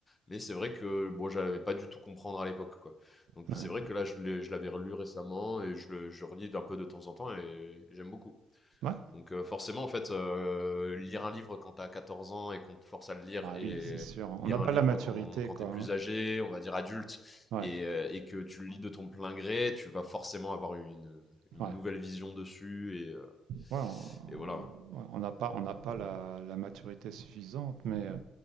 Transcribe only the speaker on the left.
Mais c'est vrai que bon, j'avais pas du tout comprendre à l'époque, quoi. Donc
c'est vrai que là, je l'ai- je l'avais relu récemment et je le, je relis d'un peu de temps en temps et j'aime beaucoup.
Donc euh, forcément, en fait, euh, lire un livre quand t'as 14 ans et qu'on te force à le lire
et
lire
un livre
quand, quand
t'es plus
âgé, on va dire adulte,
et, euh, et que tu le lis de ton plein gré, tu vas forcément avoir une, une
nouvelle vision dessus et, euh,
et voilà. ouais.